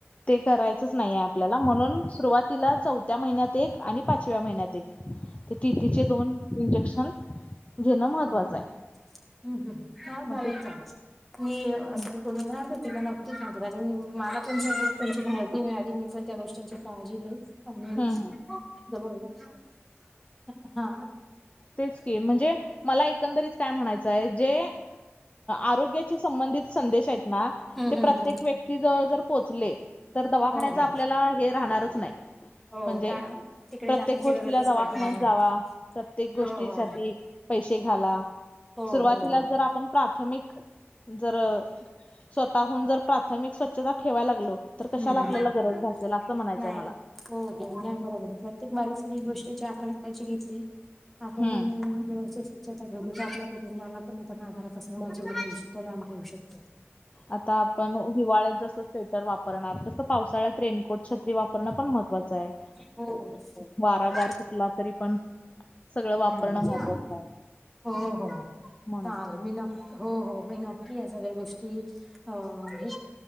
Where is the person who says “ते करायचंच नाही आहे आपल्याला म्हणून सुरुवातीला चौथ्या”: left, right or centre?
Left